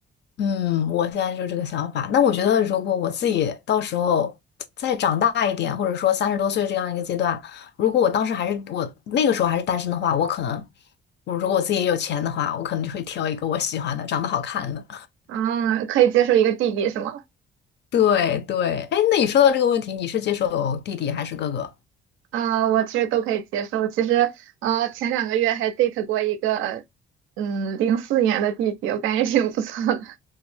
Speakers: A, on the left (about 60°); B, on the right (about 85°).
A: 嗯，我现在就是这个想法。那我觉得，如果我自己到时候再长大一点，或者说三十多岁这样一个阶段，如果我当时还是我那个时候还是单身的话，我可能，我如果我自己也有钱的话，我可能就会挑一个我喜欢的、长得好看的。
B: 嗯，可以接受一个弟弟是吗？
A: <laughs> 对对，哎，那你说到这个问题，你是接受弟弟还是哥哥？
B: 啊、我其实都可以接受。其实，呃，前两个月还 date 过一个，嗯，零四年的弟弟，我感觉挺不错的。